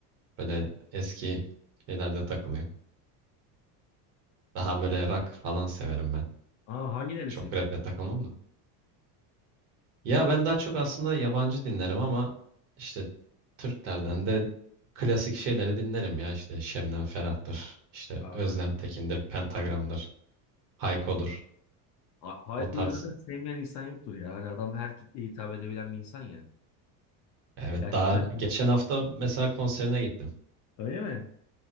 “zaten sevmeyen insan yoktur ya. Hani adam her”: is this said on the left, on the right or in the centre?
Left